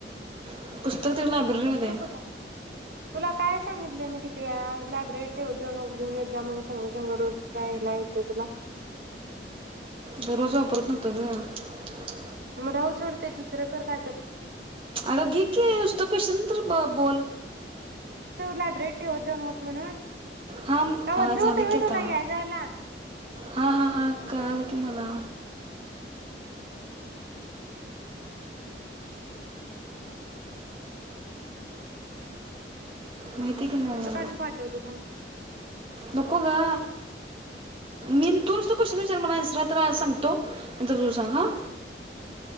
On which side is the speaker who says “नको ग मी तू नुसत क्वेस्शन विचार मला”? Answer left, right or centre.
Right